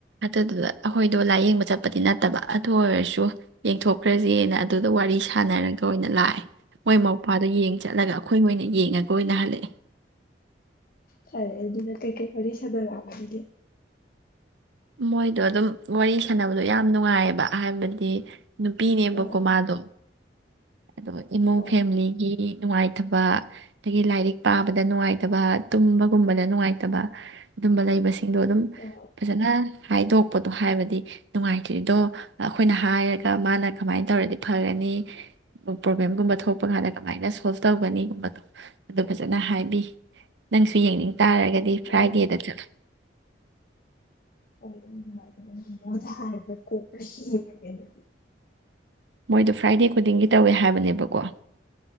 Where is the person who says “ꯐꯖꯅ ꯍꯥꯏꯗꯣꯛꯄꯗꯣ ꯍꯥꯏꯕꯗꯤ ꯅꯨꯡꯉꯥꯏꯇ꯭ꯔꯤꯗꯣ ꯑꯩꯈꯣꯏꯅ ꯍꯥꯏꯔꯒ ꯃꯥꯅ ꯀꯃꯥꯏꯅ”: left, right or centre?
Right